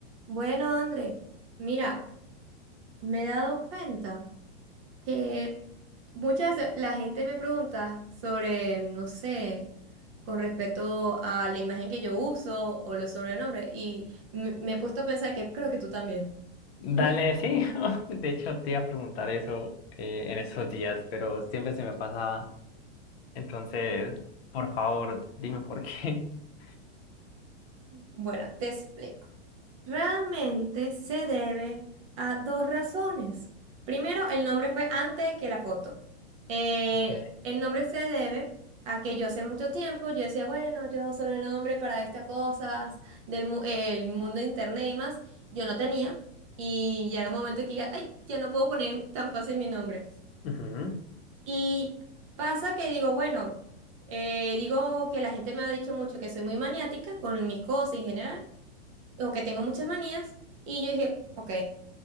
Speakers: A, on the right; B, on the left.
A: Bueno, André, mira, me he dado cuenta que muchas veces la gente me pregunta sobre, no sé, con respecto a la imagen que yo uso o los sobrenombres, y me, me he puesto a pensar que creo que tú también.
B: Dale,
A: <laughs>
B: sí. <laughs> De hecho, te iba a preguntar eso eh, en esos días, pero siempre se me pasaba. Entonces, por favor, dime por qué. <laughs>
A: Bueno, te explico. Realmente se debe a dos razones. Primero, el nombre fue antes que la foto. Eh,
B: Ok.
A: el nombre se debe a que yo hace mucho tiempo yo decía, bueno, yo solo el nombre para estas cosas del mu- el mundo de internet y más, yo no tenía. Y ya era un momento que diga, ay, ya no puedo poner tan fácil mi nombre.
B: Ujú,
A: Y pasa que digo, bueno, eh, digo que la gente me ha dicho mucho que soy muy maniática con mis cosas en general o que tengo muchas manías. Y yo dije, ok,